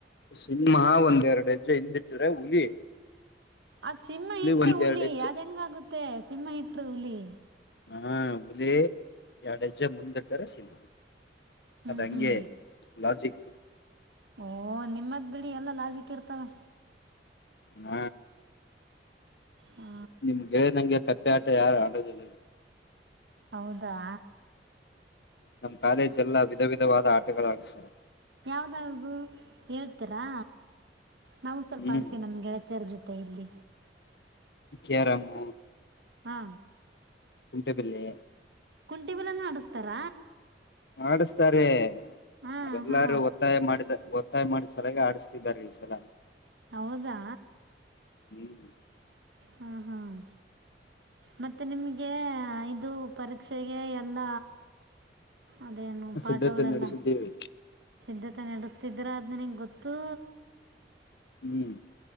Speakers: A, on the left; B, on the right.
A: ಸಿಂಹ ಒಂದ ಎರಡೆಜ್ ಜೆ ಹಿಂದಿಟ್ಟರೆ ಹುಲಿ
B: ಆ ಸಿಂಹ ಇಟ್ರೆ
A: ಒಂದ್
B: ಹುಲಿ
A: ಎರಡ್ ಹೆಜ್ಜೆ
B: ಅದ ಹೆಂಗಗುತ್ ತ್ತೆ ಸಿಂಹ ಇಟ್ರ್ ಹುಲಿ
A: ಹಾಂ ಹುಲಿ ಎರಡಜ್ ಮುಂದಿಟ್ಟರೆ ಸಿಂಹ
B: ಹ್ಮ್
A: ಅದ ಹಂಗೆ
B: ಹ್ಮ್
A: ಲಾಜಿಕ್
B: ಓಹ ನಿಮ್ಮದ್ ಬಿಡಿ ಎಲ್ಲ ಲಾಜಿಕ್ ಇರ್ತವೆ
A: ಹ್ಮ
B: ಹಾ
A: ನಿಮ್ ಗೆಳೆ ನಂಗೆ ಕ ಬೇಟ ಯಾರು ಆಡೋದಿಲ್ಲ
B: ಹೌದಾ
A: ನಮ್ ಕಾಲೇಜ್ ಎಲ್ಲ ವಿಧ ವಿಧವಾದ ಆಟಗಳು ಆಡ್ ಸ್ತಾರೆ
B: ಯಾವ್ದಾದ್ದು ಹೇಳ್ತೀರಾ ನಾವು ಸ್ವಲ್ಪ
A: ಹ್ಮ್
B: ಆಡ್ತೇವಿ ನಮ್ಗೆಳತೆಯರ ಜೊತೆ ಇಲ್ಲಿ
A: ಕೇರಮು
B: ಹಾ
A: ಕುಂಟೆ ಬಿಲ್ಲೆ
B: ಕುಂಟೆ ಬಿಲ್ಲೆನು ಆಡುಸ್ತಾರ
A: ಮಾಡಿಸ್ತಾರೆ
B: ಹಾ
A: ನಾವೆಲ್ಲಾರು
B: ಹಾ
A: ಒತ್ತಾಯ ಮಾಡಿದ ಒತ್ತಾಯ ಮಾಡಿ ಸರಿಯಾಗಿ ಆಡಿಸ್ತಿದ್ದಾರ್ ಈ ಸಲ.
B: ಹೌದಾ.
A: ಹ್ಮ್
B: ಹ್ಮ್ ಹ್ಮ್. ಮತ್ತೆ ನಿಮ್ಗೆ ಇದು ಪರೀಕ್ಷೆಗೆ ಎಲ್ಲ. ಅದೇನು ಪಾಠಗಳೆಲ್ಲ.
A: ಸಿದ್ಧತೆ ನಡೆಸಿದ್ದೇವೆ
B: ಸಿದ್ಧತೆ ನಡೆಸ್ತಿದ್ದೀರಾ ಅದ್ ನನಗೆ ಗೊತ್ತೂ.
A: ಹ್ಮ್.